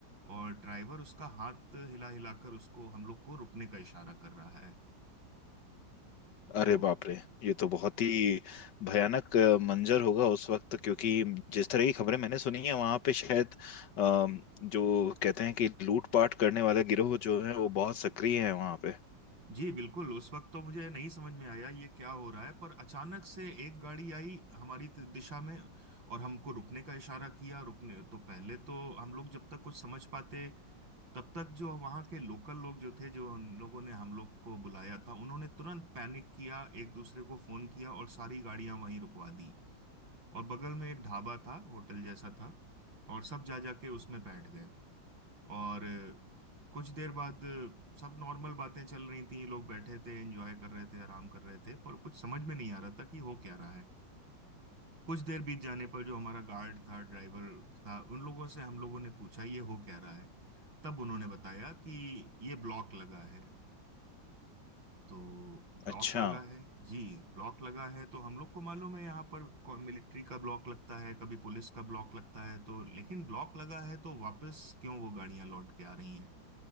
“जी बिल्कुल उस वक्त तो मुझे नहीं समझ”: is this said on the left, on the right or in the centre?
Right